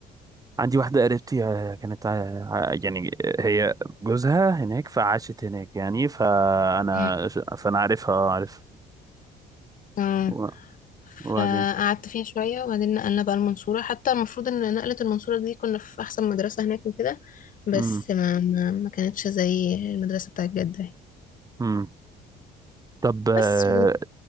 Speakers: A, on the right; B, on the left.
A: عندي واحدة قريبتي آه، كانت آه، ع- يعني هي جوزها هناك فعاشت هناك يعني فأنا
B: مم.
A: ش- فأنا عارفها اه عارف
B: آه.
A: و- وبعدين
B: فقعدت فيها شوية وبعدين نقلنا بقى المنصورة حتى المفروض إن نقلة المنصورة دي كنا في أحسن مدرسة هناك وكده بس
A: امم
B: ما ما, ما كانتش زي المدرسة بتاعت جدة يعني.
A: امم طب آه،
B: بس